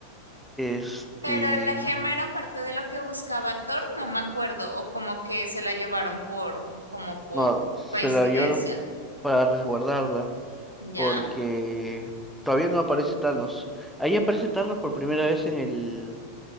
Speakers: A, in the centre; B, on the right.
A: Este,
B: Pero la gema era parte de lo que buscaba Thor, no me acuerdo, o como que se la llevaron por, como por
A: no, se
B: coincidencia.
A: la llevaron para resguardarla
B: ¿Ya?
A: porque todavía no aparece Thanos. Ahí aparece Thanos por primera vez en el,